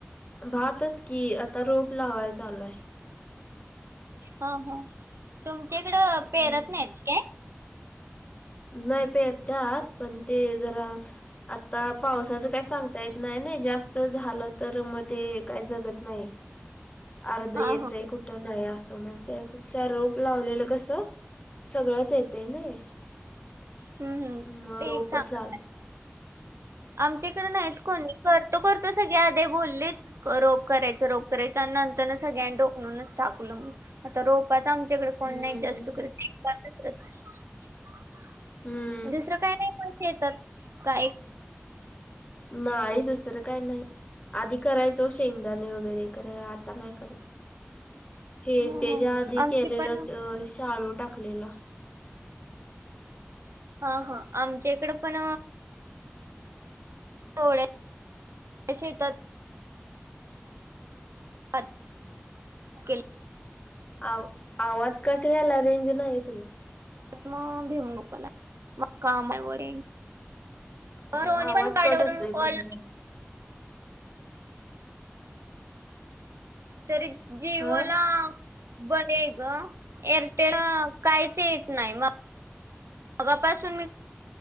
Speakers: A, on the left; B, on the right.
A: भातच की आता रोप लावाय चालू आहे.
B: हा हा तुमच्या इकडं
A: हम्म
B: पेरत नाहीत काय?
A: नाही पेतात पण ते जरा. आता पावसाचं काही सांगता येत नाही ना जास्त झालं तर मग ते काय जगत नाही.
B: <inaudible>
A: अर्धे
B: हा
A: येतय
B: हा
A: कुठ कुठं नाही असं मग त्यापेक्षा रूप लावलेलं कसं सगळंच येत नाही.
B: हम्म हम्म
A: मग
B: ते
A: रोपच
B: चांग
A: लावते.
B: आमच्या इकड नाहीत कोणी करतो करत सगळ्या आध्या बोललीत रोप करायच रोप करायच आणि नंतर सगळ्यां डोकलनूच टाकलं मग. आता रोपात आमच्याकडे कोण
A: हम्म
B: नाही जास्त करत. <inaudible>
A: हम्म
B: दुसरं काही नाही पैसे येतात का एक
A: नाही दुसरं काय नाही आधी करायचो शेंगदाणे वगैरे. आता नाही खरं. हे
B: हो
A: त्याच्या
B: हो
A: आधी
B: आमची
A: केलेलं
B: पण
A: शाळू टाकलेला.
B: हा हा आमच्या इकडं पण थोड्या शेतात भात केलेले
A: आ आवाज कट व्हायलाय रेंज नाही तुला.
B: त्यात मग भेऊ नको मला मग कामावर येई
A: हा
B: दोन्ही
A: आवाज
B: पण कार्ड
A: कट
B: वरून
A: होतोय
B: कॉल.
A: मध्ये
B: तरी जीवला
A: हा
B: बरी आहे ग एअरटेल काहीच येत नाही. मग अगापासून मी